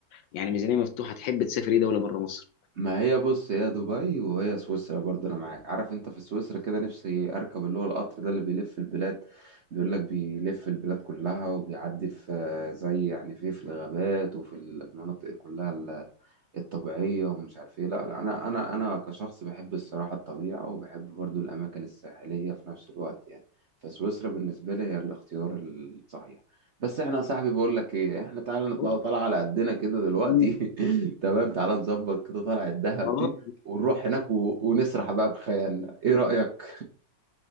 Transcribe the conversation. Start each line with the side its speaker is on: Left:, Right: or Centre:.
Left: يعني ميزانيه مفتوحه تحب تسافر ايه دوله بره مصر؟
Right: ما هي بص هي دبي وهي سويسرا برضه انا معاك عارف انت في سويسرا كده نفسي اركب اللي هو القطر ده اللي بيلف البلاد بيقول لك بيلف البلاد كلها وبيعدي في آه، زي يعني في في الغابات وفي المناطق كلها ال- الطبيعية ومش عارف ايه لا لا انا انا انا كشخص بحب الصراحة الطبيعة وبحب برضه الاماكن الساحلية في نفس الوقت يعني فسويسرا بالنسبة لي هي الاختيار الصحيح بس احنا يا صاحبي بقول لك ايه احنا تعالى نطلع
Left: بص
Right: طالعه على قدنا كده دلوقتي
Left: مم،
Right: <laughs> تمام تعالى نظبط كده طلعه الدهب
Left: خلاص
Right: دي ونروح هناك و... ونسرح بقى بخيالنا ايه رأيك